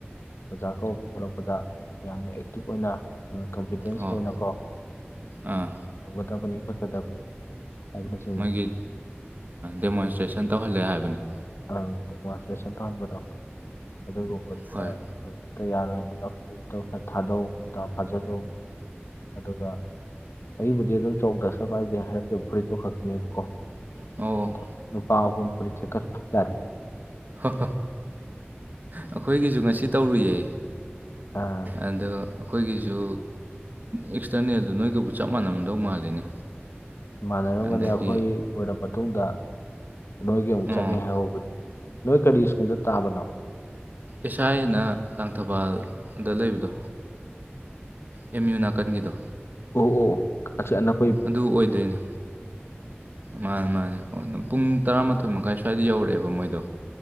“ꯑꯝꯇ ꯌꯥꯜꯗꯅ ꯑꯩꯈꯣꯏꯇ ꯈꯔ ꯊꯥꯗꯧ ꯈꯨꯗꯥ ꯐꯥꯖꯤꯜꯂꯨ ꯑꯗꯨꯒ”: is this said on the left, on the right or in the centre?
Left